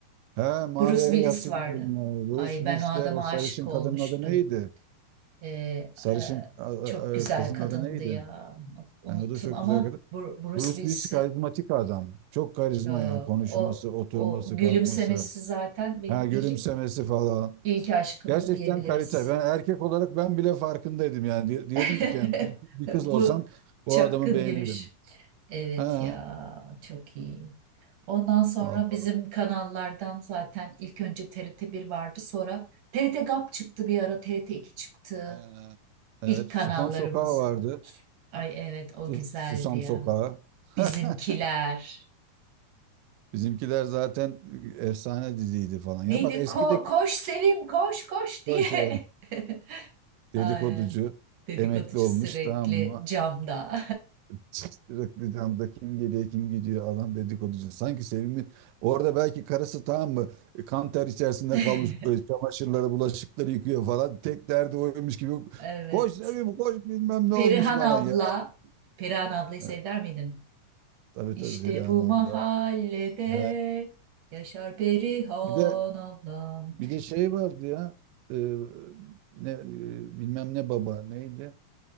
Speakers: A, on the right (about 85°); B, on the right (about 60°).
A: He, Mavi'ye
B: Bruce Willis
A: hatırlıyorum
B: vardı.
A: ya. Bruce
B: Ay
A: Willis'le
B: ben o adama
A: o sarışın
B: aşık olmuştum.
A: kadının adı neydi?
B: Ee,
A: Sarışın
B: e,
A: a- a-
B: çok güzel
A: a- kızın
B: kadındı
A: adı neydi?
B: ya. Unuttum
A: Yani o da çok
B: ama
A: güzel kadın.
B: Bru- Bruce
A: Bruce
B: Willis'i
A: Willis karizmatik adam. Çok karizma
B: çok.
A: yani konuşması,
B: O,
A: oturması,
B: o gülümsemesi
A: kalkması,
B: zaten benim
A: ha gülümsemesi
B: ilk
A: falan.
B: ilk aşkımdı
A: Gerçekten
B: diyebiliriz.
A: kalite. Ben erkek olarak ben bile farkındaydım yani. Di- Diyordum
B: <laughs>
A: ki yani bir, bir
B: Bu
A: kız olsam o
B: çapkın
A: adamı beğenirim.
B: gülüş. Evet
A: Ha,
B: ya çok iyi. Ondan sonra
A: vallahi.
B: bizim kanallardan zaten ilk önce TRT 1 vardı sonra TRT GAP çıktı bir ara TRT 2 çıktı.
A: Ha. Evet,
B: İlk kanallarımız.
A: Susam Sokağı vardı.
B: Ay evet o
A: Sus-
B: güzeldi
A: Susam
B: ya.
A: Sokağı. <laughs>
B: Bizimkiler.
A: Bizimkiler zaten e, efsane diziydi falan. Ya
B: Neydi?
A: bak eskideki
B: Ko- koş Sevim koş koş diye.
A: böyle şey,
B: <laughs> Ay,
A: dedikoducu
B: dedikoducu
A: emekli olmuş
B: sürekli
A: tamam mı?
B: camda.
A: Sürekli camda kim geliyor kim gidiyor adam dedikoducu. Sanki Sevim'in orada belki karısı tamam mı e, kan ter içerisinde
B: <laughs>
A: kalmış e, çamaşırları bulaşıkları yıkıyor falan. Tek derdi oymuş gibi
B: Evet.
A: koş Sevim koş bilmem ne
B: Perihan
A: olmuş falan
B: abla,
A: ya.
B: Perihan ablayı
A: He,
B: sever miydin?
A: tabii
B: İşte
A: tabii Perihan
B: bu
A: abla.
B: mahallede
A: He.
B: yaşar Perihan
A: Bir de
B: ablam.
A: bir de şey vardı ya e, ne e, bilmem ne baba neydi?